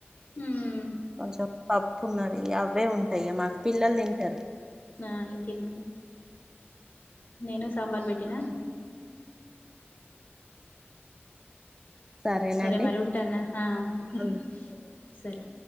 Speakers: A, on the left (about 50°); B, on the right (about 15°).
A: హ్మ్
B: కొంచెం పప్పు ఉన్నది అవే ఉంటాయిగా మాకు పిల్లలు తింటారు
A: ఆ ఇంకేది మరి నేను సాంబార్ పెట్టినా
B: సరేనండి
A: సరే మరి ఉంటాన్న హా హుహు
B: ఉండు
A: సరే